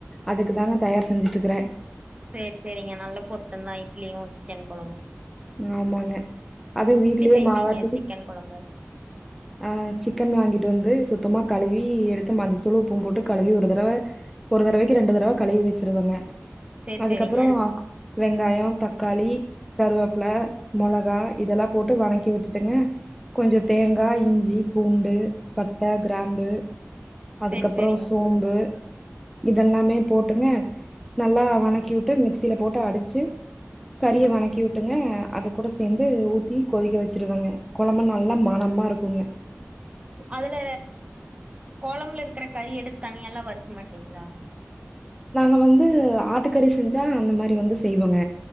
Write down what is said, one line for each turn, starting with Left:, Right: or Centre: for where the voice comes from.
Centre: அதுக்கு தாங்க தயார் செஞ்சுட்டு இருக்கற
Right: சேரி சேரிங்க நல்ல பொருத்தமந்தா இட்லியு சிக்கன் குழம்பு
Centre: ஆமாங்க அதுவு வீட்லயே
Right: செய்வீங்க
Centre: மாவாட்டி
Right: சிக்கன் கொழம்பு
Centre: ஆஹ் சிக்கன் வாங்கிட்டு வந்து சுத்தமா கழுவி எடுத்து மஞ்சத்தூள் உப்பும் போட்டு கழுவி ஒரு தடவை ஒரு தடவைக்கு ரெண்டு தடவ கழுவி வெச்சிருவங்க
Right: சேரி
Centre: அதுக்கப்புறோ
Right: சேரிங்க
Centre: வெங்காயோ தக்காளி கருவேப்பில மொளகா இதெல்லாம் போட்டு வணக்கி விட்டுட்டுங்க கொஞ்சோ தேங் கா இஞ்சி பூண்டு பட்ட கிராம்பு அதுக்கப்புறௌ
Right: சேரி சேரிங்க
Centre: சோம்பு இதெல்லாமே போட்டுங்க நல்லா வணக்கி விட்டு மிக்சியில போட்டு அடிச்சு கறிய வணக்கி விட்டுங்க அது கூட சேந்து ஊத்தி கொதிக்க வெச்சிருவங்க கொழம்பு நல்லா மனமா இருக் குங்க.
Right: அதுல கொழம்புல இருக்கிற கறி எடுத்து தனியா எல்லா வறு க்க மாட்டீங்ளா.
Centre: நாங்க வந்து ஆட்டுக்கறி செஞ்சா அந்த மாரி வந்து செய்வங்க